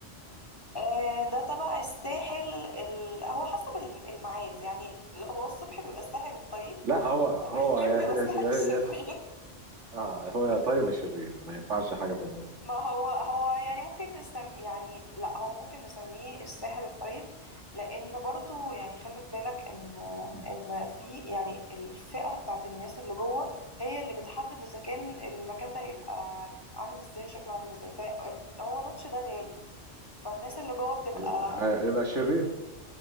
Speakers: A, on the left (about 20°); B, on the right (about 80°).
A: آه، ده تبع الساحل ال... هو حسب الم- الميعاد يعني لا، هو الصبح بيبقى الساحل الطيب
B: لا هو
A: <laughs>
B: هو
A: والليل
B: يا
A: بيبقى
B: يا
A: الساحل
B: يا
A: الشرير
B: يا- اه هو يا طيب يا شرير ما ينفعش حاجه في النص
A: ما هو هو يعني ممكن نسم يعني لا هو ممكن نسميه الساحل الطيب لأن برضو يعني خلي في بالك إن
B: م.
A: إن في يعني الفئة بتاعت الناس اللي جوه هي اللي بتحدد إذا كان المكان ده هيبقى عامل إزاي وشكله عامل إزاي فهو نوتش ده غالي فالناس اللي جوه بتبقى
B: يبقى يبقى شرير